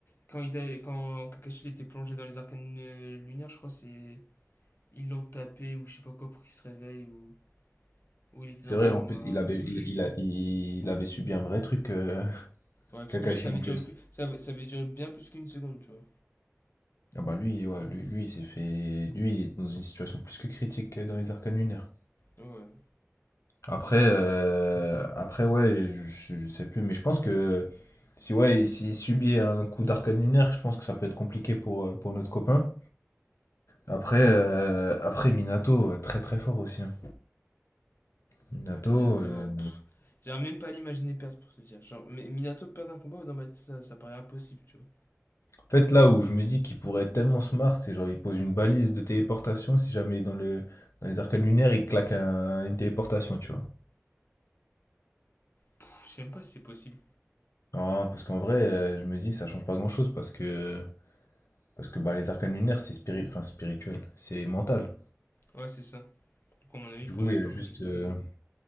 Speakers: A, on the left; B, on the left.
A: quand il a- quand Kakashi il était plongé dans les arcs annu- lunaires, je crois c'est ils l'ont tapé ou je sais pas quoi pour qu'il se réveille ou, ou il était
B: C'est
A: dans
B: vrai,
A: le coma.
B: en plus il avait,
A: ou je-
B: il, il a- il avait subi un vrai truc, euh, <laughs>
A: Ouais, parce
B: Kakashi
A: que lui ça avait
B: en plus.
A: duré plus, ça, avait- ça avait duré bien plus qu'une seconde, tu vois.
B: Ah bah lui, ouais, lui, lui, il s'est fait, lui il est dans une situation plus que critique euh, dans les arcanes lunaires.
A: Ouais.
B: Après, euh, après ouais, je, je sais plus, mais je pense que si ouais, s'il subit un coup d'arcane lunaire, je pense que ça peut être compliqué pour, euh, pour notre copain. Après, euh, après Minato, euh, très très fort aussi. hein. Minato,
A: Ouais, Minato,
B: euh,
A: pff, j'arrive même pas à l'imaginer perdre pour se dire. Genre, mais Minato perdre un combat, dans ma tête, ça, ça paraît impossible, tu vois.
B: en fait, là où je me dis qu'il pourrait être tellement smart, c'est genre il pose une balise de téléportation, si jamais dans le, dans les arcanes lunaires, il claque un- une téléportation, tu vois.
A: Pff, je sais même pas si c'est possible.
B: Non, parce qu'en vrai, euh, je me dis, ça change pas grand-chose, parce que, parce que bah, les arcanes lunaires, c'est spiri- enfin, spirituel, c'est mental.
A: Ouais, c'est ça. Du coup, à mon avis,
B: Du
A: il pourrait
B: coup,
A: même
B: il y a
A: pas
B: juste.
A: bouger.
B: euh,